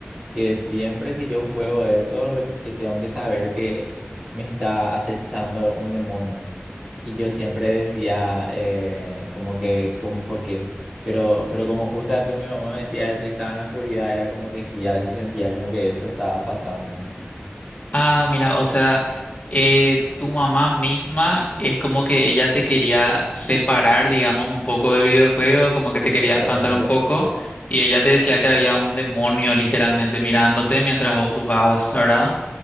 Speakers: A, on the right (about 25°); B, on the left (about 35°).
A: que siempre que yo juego eso, re- que tengo que saber que me está acechando un demonio. Y yo siempre decía eh, como que, como, ¿por qué? Pero, pero como justamente mi mamá me decía eso y estaba en la oscuridad, era como que sí, a veces sentía como que eso estaba pasándome.
B: Ah, mira, o sea, eh, tu mamá misma es como que ella te quería separar, digamos, un poco del videojuego, como que te quería
A: Exactamente.
B: espantar un poco y ella te decía que había un demonio literalmente mirándote mientras vos jugabas, ¿verdad?